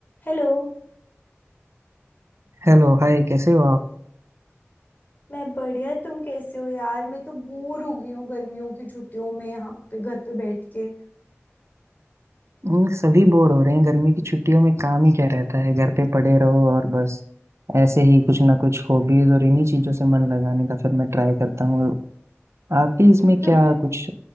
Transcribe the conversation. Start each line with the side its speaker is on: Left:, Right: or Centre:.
Left: Hello
Right: Hello hi कैसे हो आप
Left: मैं बढ़िया तुम कैसे हो यार मैं तो बोर हो गई हूँ गर्मियों की छुट्टियों में यहाँ पे घर पे बैठ के
Right: हम्म, सभी बोर हो रहे हैं गर्मी की छुट्टियों में काम ही क्या रहता है घर पे पड़े रहो और बस ऐसे ही कुछ ना कुछ हॉबीज और इन्हीं चीजों से मन लगाने का फिर मैं ट्राई करता हूँ और आपकी इसमें
Left: हम्म, तुमने
Right: क्या कुछ